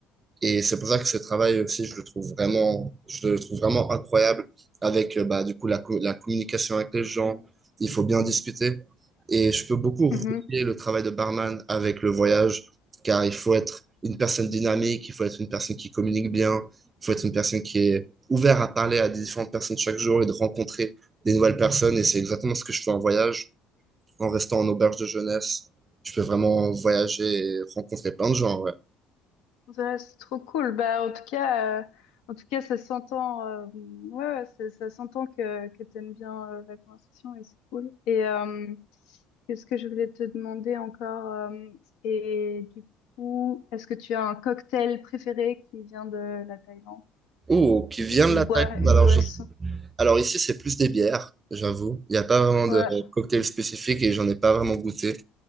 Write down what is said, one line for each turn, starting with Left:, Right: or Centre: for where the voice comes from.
Right: Et c'est pour ça que ce travail aussi, je le trouve vraiment, je le trouve vraiment incroyable avec, euh, bah, du coup, la, co- la communication avec les gens. Il faut bien discuter. Et je peux beaucoup
Left: mhm.
Right: relier
Left: mhm.
Right: le travail de barman avec le voyage, car il faut être une personne dynamique, il faut être une personne qui communique bien, il faut être une personne qui est ouverte à parler à des différentes personnes chaque jour et de rencontrer des nouvelles personnes. Et c'est exactement ce que je fais en voyage, en restant en auberge de jeunesse. Je peux vraiment voyager et rencontrer plein de gens, ouais.
Left: Ça, c'est trop cool. Bah, en tout cas, euh, en tout cas, ça s'entend. euh, ouais, ouais, ça, ça s'entend que que t'aimes bien euh, la conversation et c'est cool. Et euh, qu'est-ce que je voulais te demander encore? euh, et du coup, est-ce que tu as un cocktail préféré qui vient de la Thaïlande?
Right: Oh, qui vient
Left: Une
Right: de la
Left: boisson,
Right: Thaïlande,
Left: une
Right: alors
Left: boisson.
Right: je Alors ici, c'est plus des bières, j'avoue. Il n'y a pas vraiment
Left: Ouais.
Right: de cocktail spécifique et j'en ai pas vraiment goûté,